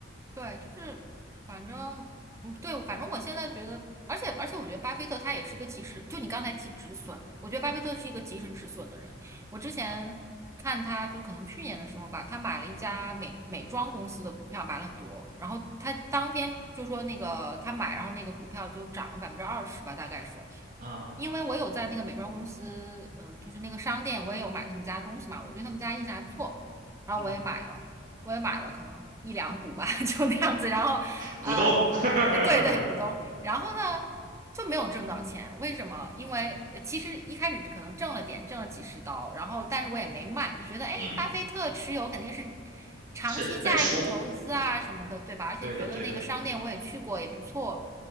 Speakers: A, on the right; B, on the right.
A: 对，就是反正，嗯，对，反正我现在觉得，而且而且，我觉得巴菲特他也是一个及时，就你刚才提止损，我觉得巴菲特是一个及时止损的人。我之前看他，就可能去年的时候吧，他买了一家美美妆公司的股票，买了很多，然后他当天就说那个他买，然后那个股票就涨了百分之二十吧，大概是。
B: 啊，
A: 因为我有在那个美妆公司，嗯、就是那个商店，我也有买他们家东西嘛，我对他们家印象还不错，然后我也买了。
B: 嗯，
A: 我也买了，可能一两股吧，<laughs> 就那样子。然后，呃，
B: 股东，<laughs>
A: 对对，股东。然后呢，就没有挣到钱。为什么？因为呃其实一开始可能挣了点，挣了几十刀。然后，但是我也没卖，我就觉得，哎，
B: 嗯，
A: 巴菲特持有肯定是长期价值投资啊什么的，
B: 是背书，
A: 对吧？而且觉得那个商店我也去过，
B: 对的，对的。
A: 也不错。